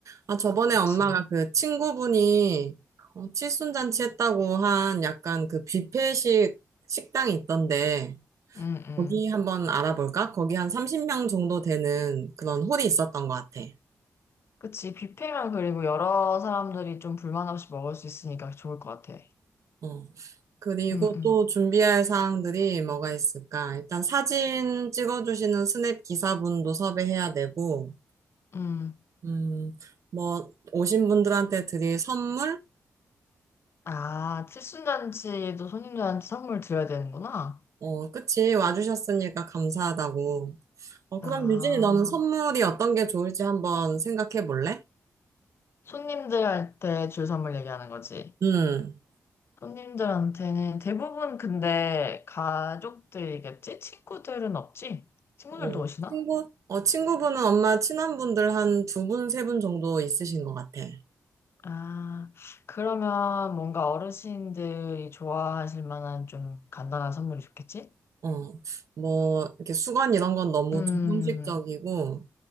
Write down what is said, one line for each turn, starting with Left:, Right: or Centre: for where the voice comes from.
Right: 아, 저번에
Left: 그치.
Right: 엄마가 그 친구분이, 어, 칠순잔치 했다고 한 약간 그 뷔페식 식당이 있던데,
Left: 응, 응.
Right: 거기 한번 알아볼까? 거기 한 30명 정도 되는 그런 홀이 있었던 것 같아.
Left: 그치. 뷔페면 그리고 여러 사람들이 좀 불만 없이 먹을 수 있으니까 좋을 것 같아.
Right: 어. 그리고
Left: 응, 응.
Right: 또 준비할 사항들이 뭐가 있을까? 일단 사진 찍어주시는 스냅 기사분도 섭외해야 되고,
Left: 응.
Right: 음, 뭐, 오신 분들한테 드릴 선물?
Left: 아, 칠순잔치도 손님들한테 선물 드려야 되는구나.
Right: 어, 그치. 와주셨으니까 감사하다고. 어,
Left: 아.
Right: 그럼 유진이 너는 선물이 어떤 게 좋을지 한번 생각해 볼래?
Left: 손님들한테 줄 선물 얘기하는 거지.
Right: 음,
Left: 손님들한테는 대부분 근데 가족들이겠지? 친구들은 없지? 친구들도
Right: 어,
Left: 오시나?
Right: 친구, 어, 친구분은 엄마 친한 분들 한 두 분, 세 분 정도 있으신 것 같아.
Left: 아, 그러면 뭔가 어르신들이 좋아하실 만한 좀 간단한 선물이 좋겠지?
Right: 어, 뭐, 이렇게 수건 이런 건 너무
Left: 음,
Right: 좀 형식적이고,